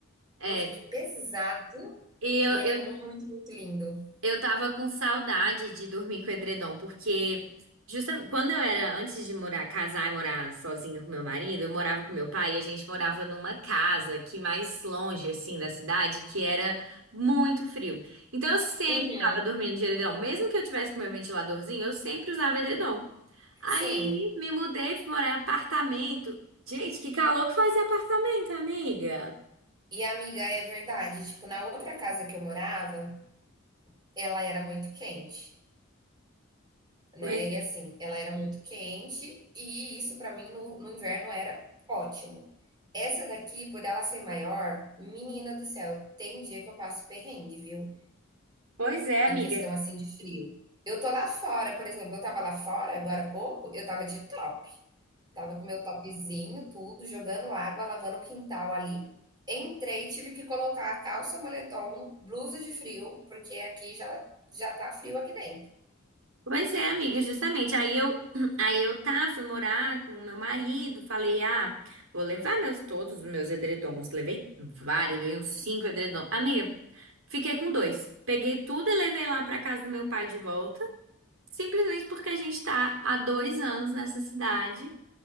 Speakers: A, on the right; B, on the right.
A: É,
B: famoso de pesado
A: e eu,
B: e ele
A: eu
B: é muito, muito lindo.
A: Eu tava com saudade de dormir com edredom, porque justamente quando eu era antes de morar, casar e morar sozinha com meu marido, eu morava com meu pai e a gente morava numa casa que mais longe assim da cidade, que era muito frio. Então eu sempre
B: Uhum.
A: tava dormindo de edredom, mesmo que eu tivesse com meu ventiladorzinho, eu sempre usava edredom. Aí
B: Sim.
A: me mudei, fui morar em apartamento. Gente, que calor que fazia apartamento, amiga.
B: E amiga, é verdade. Tipo, na outra casa que eu morava, ela era muito quente, né?
A: Pois,
B: E assim, ela era muito quente e isso pra mim no, no inverno era ótimo. Essa daqui, por ela ser maior, menina do céu, tem dia que eu passo perrengue, viu?
A: pois é, amiga.
B: Em questão assim de frio. Eu tô lá fora, por exemplo, eu tava lá fora agora há pouco, eu tava de top. Tava com meu topzinho, tudo, jogando água, lavando o quintal ali. Entrei, tive que colocar a calça, moletom, blusa de frio, porque aqui já já tá frio aqui dentro.
A: Pois é, amiga, justamente. Aí eu, <clears throat> aí eu tá, fui morar com o meu marido, falei, ah, vou levar meus todos os meus edredons. Levei vários, levei uns cinco edredons. Amiga, fiquei com dois. Peguei tudo e levei lá pra casa do meu pai de volta, simplesmente porque a gente tá há dois anos nessa cidade,